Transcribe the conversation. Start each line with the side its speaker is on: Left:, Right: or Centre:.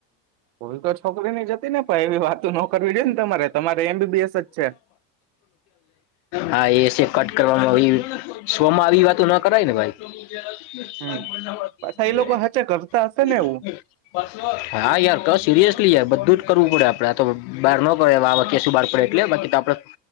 Right: ભૂલ તો છોકરીની જ હતી ને પણ એવી વાતો ન કરવી જોઈએ ને તમારે તમારે એમબીબીએસ જ છે
Left: હા એસી કટ કરવા શોમાં આવી વાતો ના કરાય ને ભાઈ. હા
Right: હમ પાછા એ લોકો હચે કરતા હશે ને એવું
Left: યાર ક સિરિયસલી યાર બધું કરવું પડે આપડે આ તો બહાર ન પે આ વા શું બહાર પડે એટલે બાકી તો આપડે